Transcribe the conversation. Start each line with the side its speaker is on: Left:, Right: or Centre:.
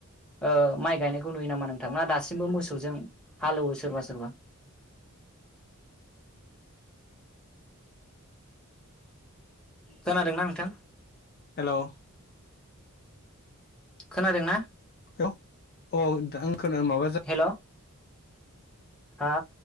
Centre: ओ माइ गायनायखौ नुयो नामा नोंथां ना दासिमबो मोसौजों हालौवो सोरबा सोरबा खोनादोंना नोंथां?
Left: हेलौ
Centre: खोनादों ना?
Left: हेलौ औ दा आं खोनो माबा
Centre: हेल' हा।